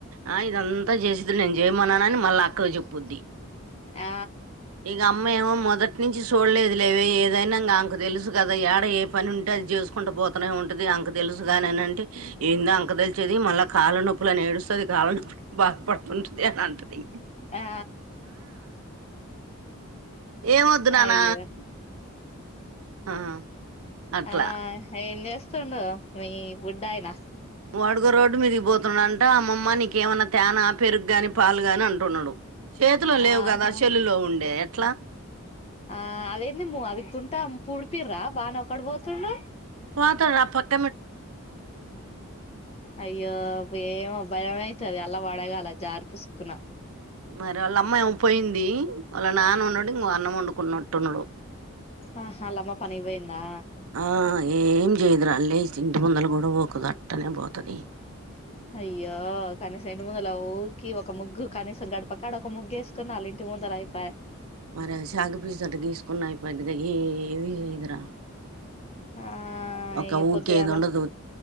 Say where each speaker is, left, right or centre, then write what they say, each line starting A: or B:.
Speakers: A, on the right; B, on the left.
A: ఆ ఇదంతా చేస్తి నేను చేయమన్నాన అని మళ్ళా అక్కకి చెప్పుద్ది.
B: ఆ
A: ఇక అమ్మ మొత్తం మొదటి నుంచి చూడలేదు లేవే ఏదైనా ఆమెకు తెలుసు కదా యాడ ఏ పని ఉంటే అది చేసుకుంటూ పోతనే ఉంటది. నాకు తెలుసుగానని అంటే ఏంద అంక తెలిసేది మళ్ళా కాళ నొప్పులా నేడుస్తుంది కాళ్ నొప్పి బా పడుతుంటుంది అనంటది
B: ఆ
A: ఏం వొద్దు నాన్న
B: అయ్యో
A: ఆ అట్లా
B: ఆ ఏం చేస్తుండు మీ బుడ్డయినా
A: వాడుగో రోడ్డు మీదిగి పోతుండంట అమ్మమ్మ నీకేమైన్నా తేన పెరుగగాని పాలు గాని అంటున్నాడు చేతిలో లేవు
B: ఆహా
A: కదా సెల్లులో ఉండే ఎట్లా
B: ఆ అదేంది అది గుంటా పుడిపిర్రా బాగానే ఒక్కడే పోతుండు
A: పోతుండు ఆ పక్
B: అయ్యో ఏమో భయమై మళ్ళ పడగల జారి పుసుకున
A: మరి వాళ్ళ అమ్మ ఏమో పోయింది వాళ్ళ నాన్న ఉన్నాడు ఇంగో అన్నం వండుకున్నట్టున్నాడు
B: ఆహా ఆళ్ళమ్మ పనికి పోయిందా
A: ఆ ఏం చేయదుర లేచి ఇంటి ముందల కూడా ఊకదు అట్టనే పోతది
B: అయ్యో కనీసం ఇంటి ముందలకి ఊకి ఒక ముగ్గు కనీసం గడప కదా ఒక ముగ్గు వేసుకున్నా ఆళ్ళ ఇంటి తొందర అయిపాయి
A: మరే సాకుపీసు తో అట గీసుకున్న అయిపొద్ది కదా ఏమి లేదు రా
B: ఆ
A: ఒక
B: ఇగ
A: ఊకేదుండదు
B: పొద్దుగాల